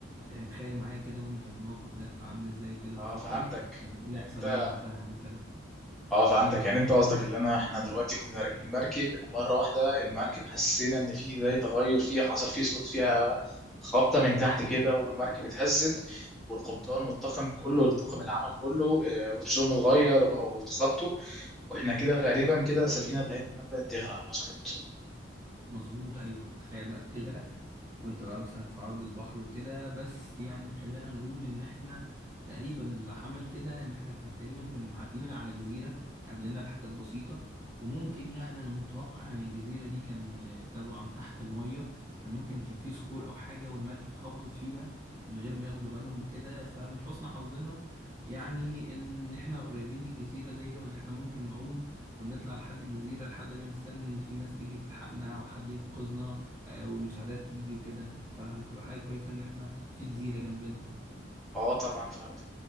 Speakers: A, on the right; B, in the centre.
A: يعني تخيل معايا كده وانت في الموقف ده تبقى عامل ازاي وكده
B: اه
A: بتفكر
B: فهمتك
A: طب ايه اللي
B: يعني
A: هيحصل
B: انت
A: لنا بعدها مثلا
B: اه فهمتك يعني انت قصدك ان انا احنا دلوقتي كنا راكبين مركب مره واحده المركب حسينا ان في زي تغير فيها حصل فيه صوت فيها خبطه من تحت كده والمركب اتهزت والقبطان والطاقم كله الطاقم العمل كله اه، وشهم اتغير وبقوا اتخطوا واحنا كده غالبا كده السفينه بتاعتنا بدات تغرق مظبوط
A: مظبوط ايوه تخيل بقى بتغرق وانت بقى مثلا في عرض البحر وكده بس يعني خلينا نقول ان احنا تقريبا اللي حمل كده ان احنا كان تقريبا كنا معديين على جزيرة قبلنا بحاجات بسيطة وممكن يعني انا متوقع ان الجزيرة دي كان آه، طبعا تحت المية كان ممكن كان في صخور او حاجة والمركب خبطت فيها من غير ما ياخدوا بالهم وكده فمن حسن حظنا يعني ان احنا قريبين للجزيرة دي وان احنا ممكن نعوم ونطلع لحد الجزيرة لحد ما نستنى إن في ناس تيجي تلحقنا وحد ينقذنا آه، والمساعدات تيجي وكده فهتبقى حاجة كويسة إن إحنا في جزيرة جنبنا
B: اه طبعا فهمت